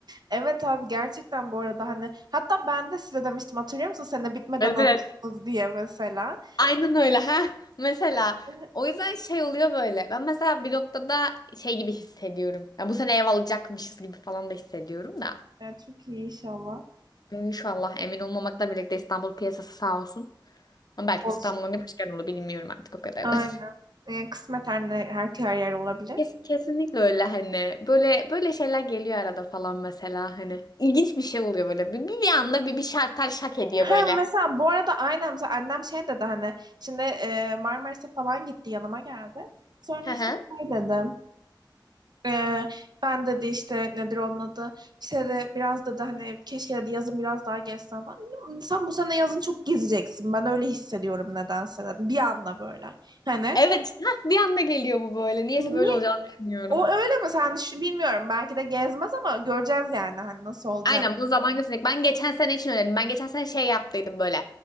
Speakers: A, on the right; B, on the left.
A: Evet abi gerçekten bu arada hani hatta ben de size demiştim hatırlıyor musun sene bitmeden
B: Evet.
A: alırsınız diye mesela.
B: Aynen öyle ha. Mesela
A: <laughs> Ee,
B: o yüzden şey oluyor böyle. Ben mesela bir noktada şey gibi hissediyorum. Ya bu sene ev alacakmışız gibi falan da hissediyorum da.
A: Yani çok iyi inşallah.
B: İnşallah emin olmamakla birlikte İstanbul piyasası sağ olsun. Ama belki
A: Olsun.
B: de İstanbul'un ne başka olur bilmiyorum artık o kadarını.
A: Aynen.
B: <laughs>
A: Yani kısmet her, ne- her, her yer olabilir.
B: Kes- Kesinlikle öyle hani. Böyle böyle şeyler geliyor arada falan mesela hani. İlginç bir şey oluyor böyle. Bir, bir, bir anda bir, bir şartel şak ediyor
A: Ha,
B: böyle.
A: mesela bu arada aynen mesela annem şey dedi hani şimdi e, Marmaris'e falan gitti yanıma geldi. Sonra
B: Hı
A: işte
B: hı.
A: şey dedi. Ee, ben dedi işte nedir onun adı işte de biraz dedi hani keşke dedi yazın biraz daha gezsen falan. Sen bu sene yazın çok gezeceksin ben öyle hissediyorum nedense dedi bir anda böyle hani
B: Evet. hah, bir anda geliyor bu böyle. Niyeyse
A: niye
B: böyle olacağını düşünüyorum.
A: o öyle mi sen şu, bilmiyorum belki de gezmez ama göreceğiz yani hani nasıl olacak.
B: Aynen bunu zaman gösterecek. Ben geçen sene için öğrendim. Ben geçen sene şey yaptıydım böyle.